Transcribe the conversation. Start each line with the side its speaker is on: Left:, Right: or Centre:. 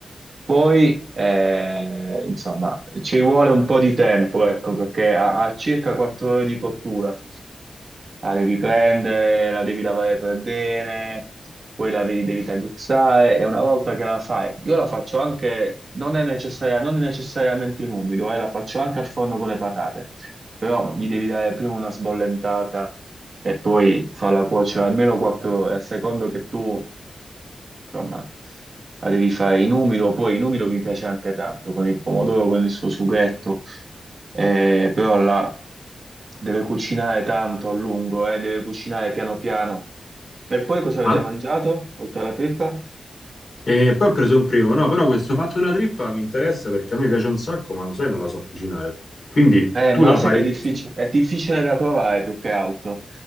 Right: Poi, eh, insomma, ci vuole un po' di tempo, ecco, perché a, a circa 4 ore di cottura la devi prendere, la devi lavare per bene, poi la devi, devi tagliuzzare e una volta che la fai, io la faccio anche, non è necessaria- non necessariamente in umido, eh, la faccio anche al forno con le patate, però gli devi dare prima una sbollentata e poi farla cuocere almeno 4 ore, a secondo che tu insomma, la devi fare in umido, poi in umido mi piace anche tanto, con il pomodoro, con il suo sughetto, eh, però la deve cucinare tanto a lungo, eh, deve cucinare piano piano. E poi cosa avete
Left: Ma...
Right: mangiato, oltre alla trippa?
Left: E poi ho preso un primo, no, però questo fatto della trippa mi interessa perché a me piace un sacco, ma lo sai, non la so cucinare. Quindi
Right: Eh,
Left: tu
Right: ma
Left: la
Right: sai
Left: fai...
Right: che è difficile, è difficile da trovare più che altro,